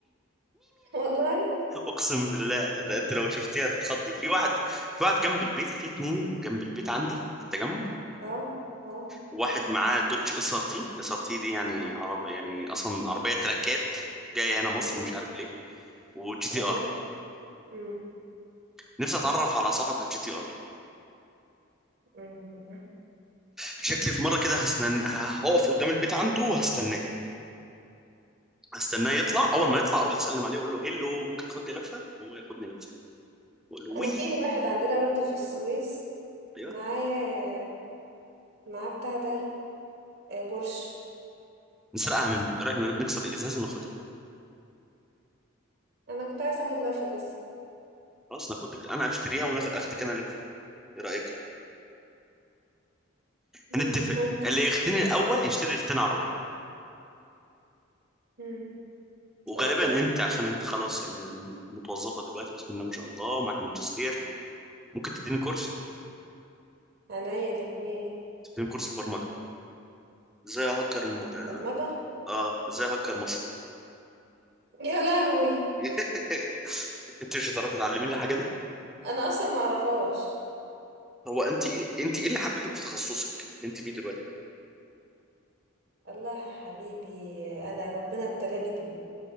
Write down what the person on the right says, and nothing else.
والله
اه اه
مم.
ايوه
مم.
مم.
انا في واحد عندنا برضه في السويس
معاه معاه بتاع ده آه، بورش
انا كنت عايزه اخد لفه بس
مم،
ممكن
مم.
اوكي
عينيا الاتنين
برمجه
يا لهوي
انا اصلا ما اعرفهاش
الله يا حبيبي انا ربنا ابتلاني بيه